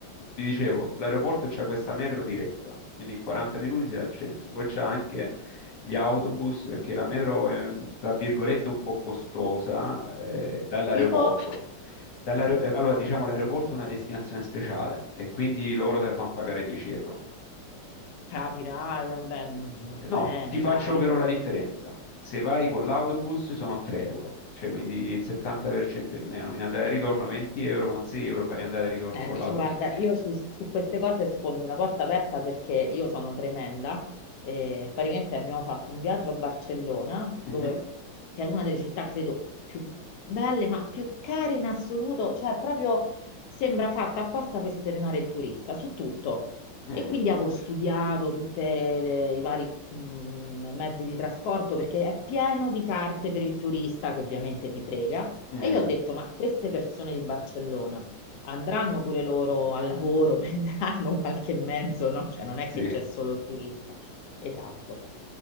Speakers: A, on the left; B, on the left.
A: Ti dicevo, l'aeroporto c'ha questa metro diretta, quindi in 40 minuti sei al centro. Poi c'è anche gli autobus, perché la metro è, tra virgolette, un po' costosa, eh, dall'aeroporto.
B: Tipo,
A: Dall'aer- eh, allora, diciamo, l'aeroporto è una destinazione speciale e quindi loro te la fanno pagare 10 euro.
B: capirai, va bene, va
A: No,
B: bene,
A: ti faccio
B: dai.
A: però la differenza. Se vai con l'autobus sono 3 euro, cioè quindi il 70% in meno. In andata e ritorno 20 euro, con 6 euro fai andata e ritorno
B: Senti,
A: con l'autobus.
B: guarda, io su, su queste cose sfondo una porta aperta perché io sono tremenda. Eh, praticamente abbiamo fatto un viaggio a Barcellona, dove,
A: Mhm,
B: che è una delle città, credo, più belle, ma più care in assoluto. Cioè, proprio sembra fatta apposta per spennare il turista su tutto.
A: mm,
B: E quindi avevo studiato tutti i vari mh, mezzi di trasporto perché è pieno di carte per il turista che ovviamente ti frega.
A: mm,
B: E io ho detto, ma queste persone di Barcellona andranno pure loro al lavoro, <laughs> prenderanno qualche mezzo, no? Cioè non è
A: sì,
B: che c'è solo il turista. Esatto.